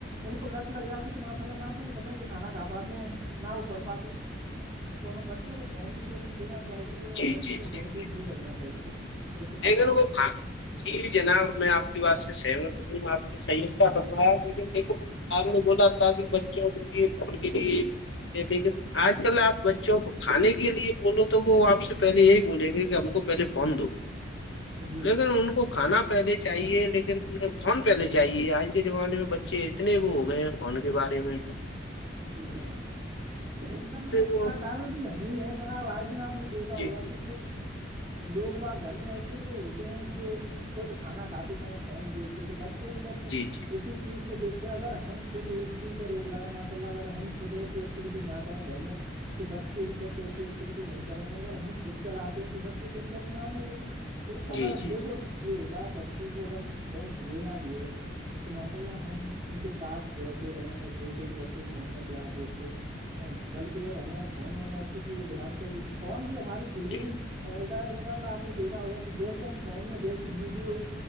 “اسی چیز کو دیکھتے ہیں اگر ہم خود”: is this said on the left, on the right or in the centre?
Right